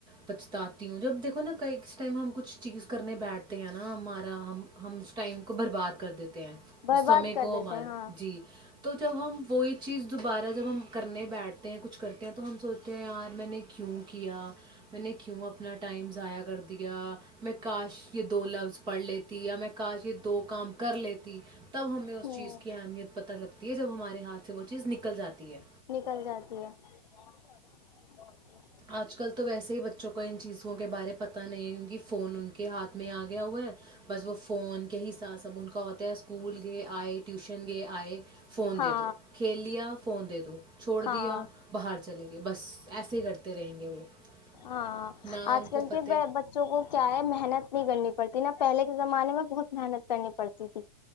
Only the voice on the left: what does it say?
برباد
کر
دیتے
ہیں ہاں
ہوں،
نکل جاتی ہے <unintelligible>
ہاں
ہاں
ہاں
آج
کل
کے بچوں کو کیا ہے محنت نہیں کرنی پ <unintelligible> پڑتی نا پہلے کے زمانے میں بہت محنت کرنی پڑتی تھی